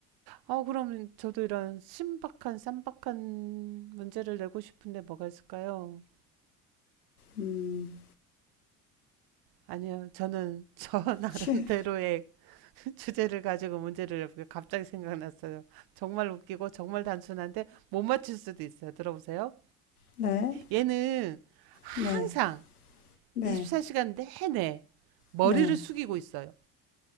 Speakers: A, on the right; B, on the left.
A: 어, 그럼 저도 이런 신박한, 쌈박한 문제를 내고 싶은데 뭐가 있을까요?
B: 음,
A: 아니요, 저는 저 <laughs> 나름대로의
B: 쉬,
A: <laughs> 주제를 가지고 문제를 내볼게요. 갑자기 생각났어요. 정말 웃기고 정말 단순한데 못 맞출 수도 있어요. 들어보세요.
B: 네,
A: 얘는 항상
B: 네, 네,
A: 24시간 내내 머리를
B: 네.
A: 숙이고 있어요.